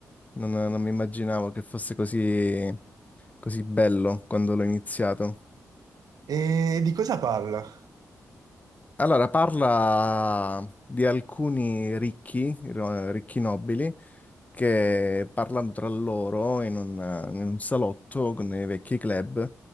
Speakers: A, on the left; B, on the right.
A: Non, non mi immaginavo che fosse così, così bello quando l'ho iniziato.
B: E di cosa parla?
A: Allora, parla di alcuni ricchi, ro- ricchi nobili, che parlando tra loro in un, in un salotto con dei vecchi club